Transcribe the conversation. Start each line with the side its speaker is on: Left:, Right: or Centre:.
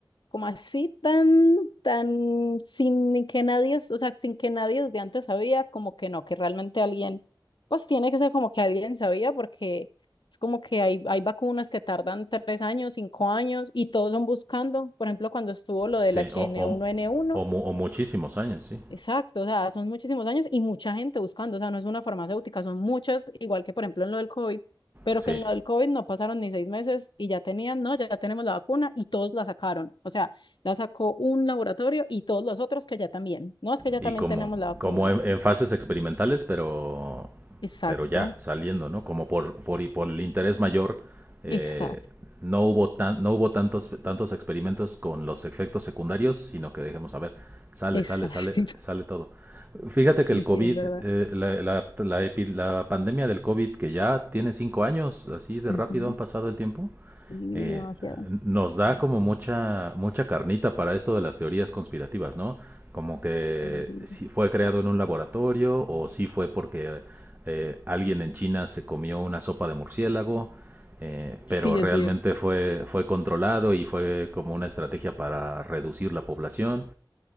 Left: como así tan, tan, sin que nadie, o sea, sin que nadie desde antes sabía, como que no, que realmente alguien, pues tiene que ser como que alguien sabía, porque es como que hay, hay vacunas que tardan tres años, cinco años, y todos son buscando, por ejemplo, cuando estuvo lo del
Right: Sí,
Left: H
Right: o,
Left: N
Right: o,
Left: uno n uno.
Right: o, mu- o muchísimos años, sí.
Left: Exacto, o sea, son muchísimos años y mucha gente buscando, o sea, no es una farmacéutica, son muchas, igual que por ejemplo en lo del COVID, pero
Right: Sí.
Left: que en lo del COVID no pasaron ni seis meses y ya tenían, no, ya tenemos la vacuna y todos la sacaron, o sea, la sacó un laboratorio y todos los otros que ya también, no, es que ya
Right: Y
Left: también
Right: como,
Left: tenemos la vacuna.
Right: como en, en fases experimentales, pero,
Left: Exacto,
Right: pero ya saliendo, ¿no? Como por, por, y por el interés mayor, eh,
Left: exacto,
Right: no hubo, tan, no hubo tantos, tantos experimentos con los efectos secundarios, sino que dejemos, a ver, sale,
Left: exacto.
Right: sale, sale, sale
Left: <laughs>
Right: todo. Fíjate
Left: Sí,
Right: que el COVID,
Left: sí, es verdad.
Right: eh, la, la, la epi- la pandemia del COVID, que ya tiene cinco años, así de
Left: Ujú,
Right: rápido han pasado el tiempo.
Left: Sí,
Right: eh,
Left: demasiado.
Right: nos da como mucha, mucha carnita para esto de las teorías conspirativas, ¿no? Como que
Left: Ujú.
Right: si fue creado en un laboratorio o si fue porque eh, alguien en China se comió una sopa de murciélago, eh,
Left: Sí,
Right: pero realmente
Left: es cierto.
Right: fue, fue controlado y fue como una estrategia para reducir la población.